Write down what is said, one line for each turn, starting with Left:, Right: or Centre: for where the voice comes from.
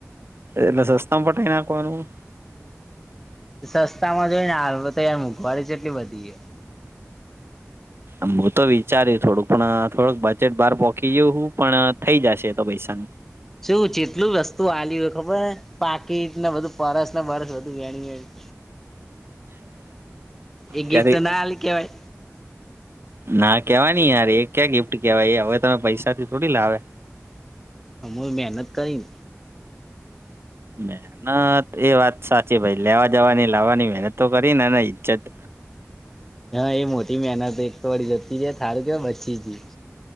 Right: એ સસ્તા પ પોટે એના આખવાનું.
Centre: સસ્તા માં જોઈને હાલ તો યાર મંઘવારી જેટલી બધી છે
Right: હું તો વિચાર્યું થોડુંક પણ થોડુંક બજેટ બહાર પોહકી ગયું હું પણ થઇ જશે એ તો પૈસા
Centre: <inaudible> શું જેટલું વસ્તુ આલી હોય ખબર પાકીને બધું પરસ બરસ બધું ગણી ગ એ
Right: ક્યારે
Centre: ગિફ્ટ તો ના આલી કેવાય
Right: ના કેવાય ન યાર એ ક્યાં ગિફ્ટ કેહેવાય હવે તમે પૈસાથી થોડી લાવે
Centre: હ હું મહેનત કરીક
Right: મહેનત એ વાત સાચી ભાઈ લેવા જવાની લાવવાની મહેનત તો કરીને ઇજ્જત
Centre: હા એ મોટી મહેનત એક તો વાળી જતી જાય થારું કેવાછ જી જ